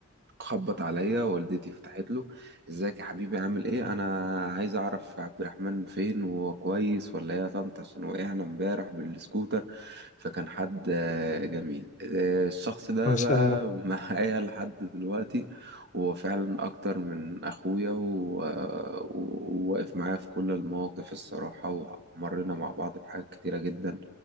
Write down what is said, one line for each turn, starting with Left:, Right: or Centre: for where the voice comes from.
Right: خبط عليا والدتي فتحت له ازيك يا حبيبي عامل ايه انا عايز اعرف عبد الرحمن فين وهو كويس ولا ايه يا طنط عشان وقعنا امبارح بالسكوتر فكان حد آه، جميل آه، الشخص ده
Left: ما
Right: بقى
Left: شاء الله
Right: <laughs> معايا لحد دلوقتي وهو فعلا اكتر من اخويا و- آه، وواقف معايا في كل المواقف الصراحة ومرينا مع بعض بحاجات كتيرة جدا